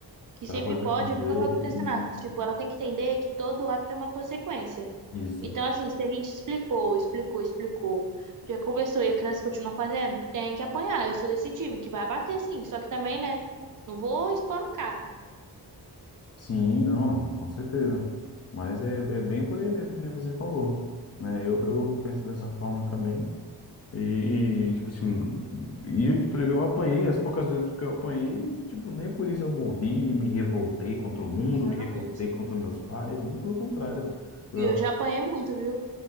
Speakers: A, on the right (about 50°); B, on the left (about 40°).
A: que
B: para
A: sempre
B: poder
A: pode
B: fazer
A: e nunca vai acontecer
B: e
A: nada. Tipo, ela tem que entender que todo ato tem uma consequência.
B: isso.
A: Então, assim, se a gente explicou, explicou, explicou, já conversou e a criança continua fazendo, tem que apanhar. Eu sou desse time que vai bater sim, só que também, né? Não vou espancar.
B: Sim, não, não, com certeza. Mas é, é bem por aí mesmo que nem você falou, né? Eu, eu penso dessa forma também. E, e, tipo assim, e, tipo, eu apanhei as poucas vezes que eu apanhei, tipo, nem por isso eu morri, me revoltei contra o mundo,
A: Exatamente.
B: me revoltei contra meus pais, muito pelo contrário. Eu,
A: E eu já apanhei muito, viu?